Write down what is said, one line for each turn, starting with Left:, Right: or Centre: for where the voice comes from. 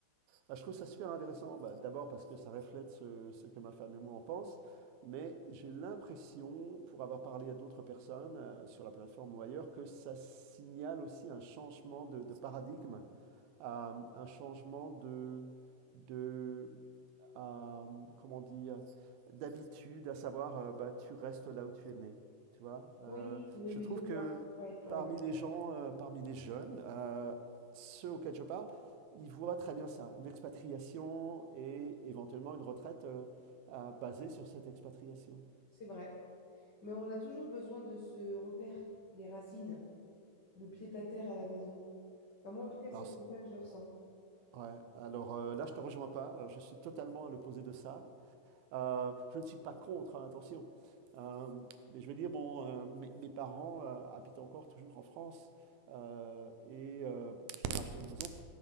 Right: Ah, je trouve ça super intéressant, bah, d'abord parce que ça reflète ce, ce que ma femme et moi en pense, mais j'ai l'impression, pour avoir parlé à d'autres personnes euh, sur la plateforme ou ailleurs, que ça signale aussi un changement de, de paradigme, euh, un changement de, de, euh, comment on dit, euh, d'habitude, à savoir, euh, bah, tu restes là où tu es né, tu vois. Euh,
Left: Oui, oui,
Right: je
Left: oui,
Right: trouve
Left: je
Right: que
Left: vois. Ouais, ouais,
Right: parmi
Left: ouais,
Right: les gens, euh, parmi les jeunes, euh, ceux auxquels je parle, ils voient très bien ça, une expatriation et éventuellement une retraite euh, à- basée sur cette expatriation.
Left: c'est vrai. Mais on a toujours besoin de ce repère, les racines, le pied-à-terre à la maison. Enfin, moi, en tout cas, c'est
Right: Alors, c-
Left: comme ça que je le ressens.
Right: ouais, alors euh, là, je te rejoins pas, euh, je suis totalement à l'opposé de ça. Euh, je ne suis pas contre, hein, attention. Euh, mais je veux dire, bon, euh, mes, mes parents euh, habitent encore toujours en France euh, et euh, je leur ai acheté une maison.